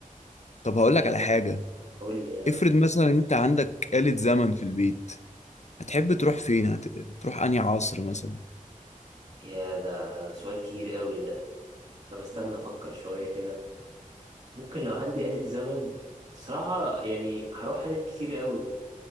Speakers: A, on the left; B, on the right.
A: طب هقولك
B: ايه
A: على حاجة
B: قول لي يا
A: افرض مثلا انت عندك آلة زمن في البيت هتحب تروح فين هت... تروح انهي عصر مثلا
B: يا ده سؤال كبير قوي ده طب استنى افكر شوية كده ممكن لو عندي آلة زمن صراحة يعني هروح حاجات كتير قوي